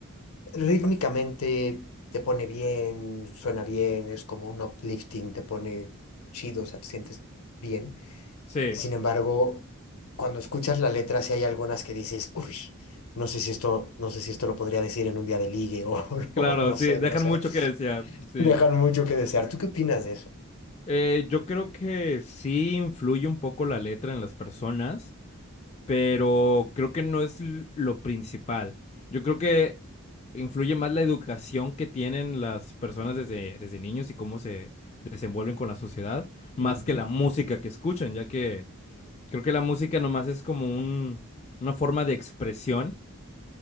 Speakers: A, on the left; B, on the left.
A: rítmicamente te pone bien, suena bien, es como un uplifting, te pone chido, o sea, te sientes bien
B: sí.
A: Sin embargo, cuando escuchas la letra, sí hay algunas que dices, uy, no sé si esto, no sé si esto lo podría decir en un día de ligue <laughs> o,
B: Claro,
A: o no
B: sí,
A: sé,
B: dejan
A: no sé.
B: mucho que desear, sí.
A: Dejan mucho que desear. ¿Tú qué opinas de eso?
B: Eh, yo creo que sí influye un poco la letra en las personas, pero creo que no es l- lo principal. Yo creo que influye más la educación que tienen las personas desde, desde niños y cómo se desenvuelven con la sociedad, más
A: Ujú.
B: que la música que escuchan, ya que creo que la música nomás es como un, una forma de expresión,